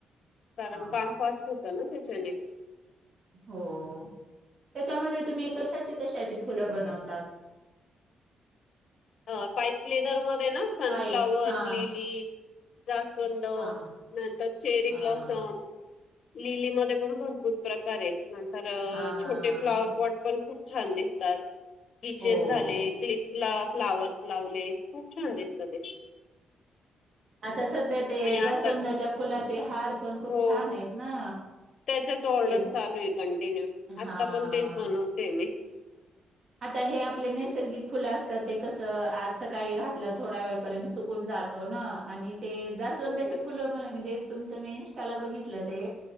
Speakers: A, on the left; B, on the right.
A: कारण
B: हा
A: काम फास्ट होतं ना त्याच्याने
B: हो त्याच्यामध्ये तुम्ही कशाची कशाची फुलं बनवतात.
A: अ पाईप क्लीनरमध्ये ना सनफ्लावर
B: पाय हा
A: लिली जास्वंद
B: हा
A: नंतर चेरी
B: हा
A: ब्लॉसम लिलीमध्ये पण भरपूर प्रकार आहेत नंतर
B: हा
A: छोटे फ्लावरपॉट पण खूप छान दिसतात किचेन
B: हो
A: झाले क्लिप्स ला फ्लावर्स लावले खूप छान दिसत ते
B: आता सध्या ते
A: आणि
B: जासवंदाच्या
A: आता
B: फुलाचे हार पण खूप
A: हो
B: छान आहेत ना
A: त्याच्याच ऑर्डर
B: ते
A: चालू आहे कंटिन्यू
B: हा
A: आता पण तेच बनवते मी
B: आता हे आपले नैसर्गिक फुलं असतात ते कसं आज सकाळी घातलं थोड्या वेळपर्यंत सुकून जात तो ना आणि ते जास्वंदाची
A: तेच ना
B: फुलं मला म्हणजे तुमच मी इंस्टाला बघितलं ते